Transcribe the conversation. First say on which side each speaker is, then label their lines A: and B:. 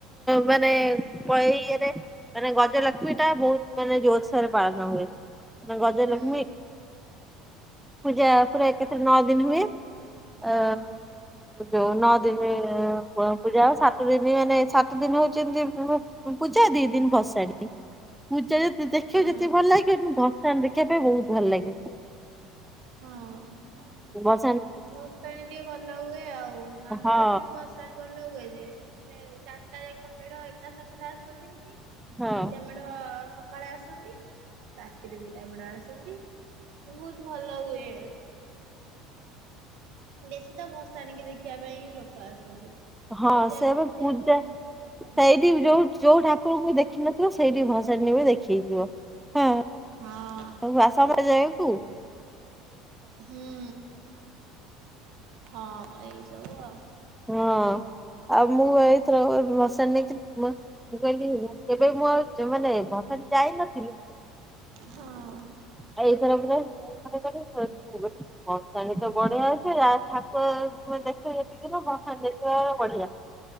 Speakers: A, in the centre; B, on the right.
A: ମାନେ ଏଇ ଇଏରେ ମାନେ ଗଜ ଲ ଲକ୍ଷ୍ମୀ ଟା ବହୁତ ମାନେ ଜୋରସରେ ପାଳନ ହୁଏ। ମ ଗଜଲକ୍ଷ୍ମୀ
B: ହୁଁ
A: ପୂଜା ପରେ କେତେରେ ନଅ ଦିନ ହୁଏ। ଅ
B: ହଁ
A: ଯୋଉ ନଅ ଦିନ ପୂଜା ହବ ସାତ ଦିନ ମାନେ ସାତ ଦିନ ହେଉଛିନ୍ତି। ପୂଜା ଦି ଦିନ ଭସାଡି ପୂଜା ଯି ଦେଖିବ
B: ହଁ
A: ଯେତିି ଭଲ ଲାଗିବନି। ଭ ତା ଦେଖିବା ପାଇଁ ବହୁତ ଭଲ ଲାଗେ।
B: ହଁ।
A: ସେ ବ
B: ଭଷାଣୀ ଟିକେ ଭଲ ହୁଏ ଆଉ। ଆମ
A: ହଁ
B: ଏଠି ବି ଭଷାଣୀ ଭଲ ହୁଏ ଯେ। ମାନେ ଚାରଟା ଯାଙ୍କ ମେଢ ଏକା ସାଙ୍ଗରେ ଆସନ୍ତିନି।
A: ହଁ
B: ଦିଟା ମେଢ ସକାଳେ ଆସନ୍ତି। ରାତିରେ ଦି ଏପଟେ ଆସନ୍ତି ବହୁତ ଭଲ ହୁଏ। ବେଶୀ ତ ଭସାଣିକି ଦେଖିବା ପାଇଁ ହିଁ ଲୋକ ଆସନ୍ତି।
A: ହଁ
B: ପୂଜା
A: ସେବେ
B: ବି ବେଶୀ
A: ପୂଜା
B: ଆସନ୍ତିନି ଭସାଣି।
A: ସେଇଠି ଯୋଉ ଯୋଉ ଠା କୋଉ କୋଉ ଦେଖିନଥିବ ସେଇଠି ଭାଷାଣି ହୁଏ ଦେଖିକି ଯିବ। ହଁ।
B: ହଁ।
A: ହଉ ଆସାମରେ ଯାଇଁ କୁ।
B: ହୁଁ ହଁ ଏଇ ସବୁ ଆଉ।
A: ହଁ ଆଉ ମୁଁ ଏଥର ମସା ନେଇକି କହିଲି କେବେ ମୁଁ ଆଉ ମାନେ ଭଟାନ ଯାଇନଥିଲି।
B: ହଁ
A: ଆଉ ଏଇଥର ପୁରା ହ ହଉ। ତଣି ତ ବଢିଆ ଅଛି ଠାକୁରେ ଦେଖିବ ଯେତିକି। ଆ ଯେତେ ବଢିଆ।